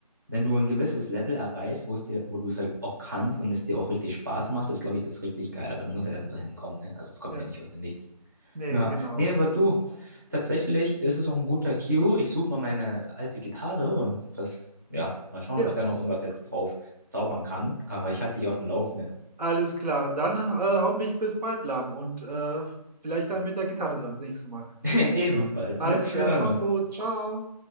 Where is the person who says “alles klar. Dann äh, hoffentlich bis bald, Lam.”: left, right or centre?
Right